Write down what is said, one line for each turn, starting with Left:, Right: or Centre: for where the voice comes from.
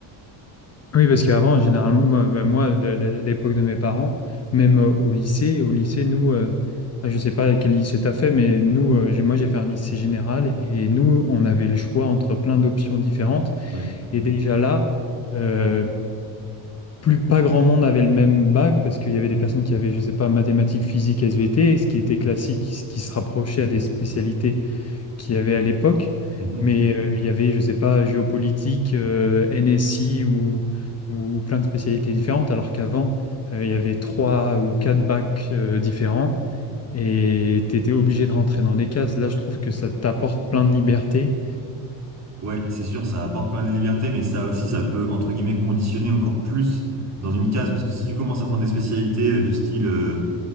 Left: Oui, parce qu'avant, généralement, moi, bah, moi, de l- l'époque de mes parents, même euh, au lycée, au lycée, nous, euh, bah, je sais pas quel lycée t'as fait, mais nous, euh, j'ai- moi, j'ai fait un lycée général et nous, on avait le choix entre plein d'options différentes.
Right: Ouais.
Left: Et déjà là, euh, plus pas grand monde avait le même bac parce qu'il y avait des personnes qui avaient, je sais pas, mathématiques, physique, SVT, ce qui était classique, ce qui se rapprochait à des spécialités qu'il y avait à l'époque,
Right: Mhm.
Left: mais euh, il y avait, je sais pas, géopolitique, euh, NSI ou, ou plein de spécialités différentes, alors qu'avant, euh, il y avait trois ou quatre bacs euh, différents et tu étais obligé de rentrer dans des cases. Là, je trouve que ça t'apporte plein de liberté.
Right: Ouais, c'est sûr, ça apporte plein de libertés, mais ça aussi, ça peut, entre guillemets, conditionner encore plus dans une case, parce que si tu commences à prendre des spécialités euh, du style euh,